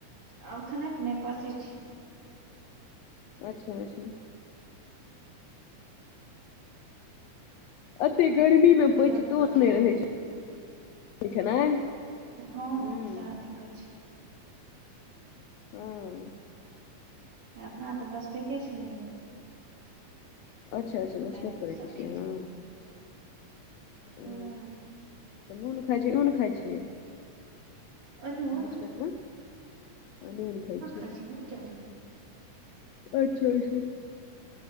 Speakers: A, on the right (about 65°); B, on the left (about 85°).
A: आब खेनाइ पिनाइ परसै छियै
B: अच्छा अच्छा अते गर्मी मे पचतो
A: धिया पुता खेलकै
B: मे रहे छै खेनाइ
A: हँ
B: हूँ
A: सैह दिक्कत छै
B: हम्म
A: अपना तऽ बृहस्पैते छलैया
B: अच्छा अच्छा वृहस्पत
A: तैं
B: करैत
A: ई सब
B: छियै
A: खेथिन
B: हाँ
A: हूं
B: ओ तऽ नून खाइ छै अनून खाइ छियै
A: अनून
B: वृहस्पति मे अनून खाय छियै
A: खाइ छै नून किया खेबै
B: अच्छा अच्छा